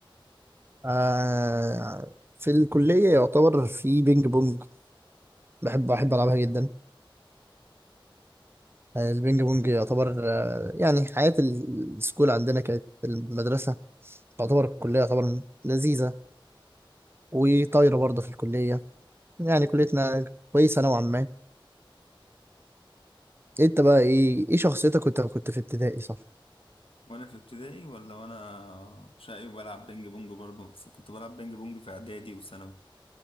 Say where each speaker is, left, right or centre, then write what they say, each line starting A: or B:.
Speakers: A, on the right (about 25°); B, on the left (about 80°).
A: آه في الكلية يعتبر في بينج بونج بحب بحب ألعبها جدا آه، البينج بونج يعتبر آه يعني حياة ال- السكول عندنا كانت في المدرسة تعتبر الكلية يعتبر لذيذة وطايرة برضه في الكلية يعني كليتنا كويسة نوعا ما انت بقى ايه ايه شخصيتك وانت كنت في ابتدائي صح؟
B: وانا في ابتدائي ولا وانا شقي وبلعب بينج بونج برضه بس كنت بلعب بينج بونج في اعدادي وثانوي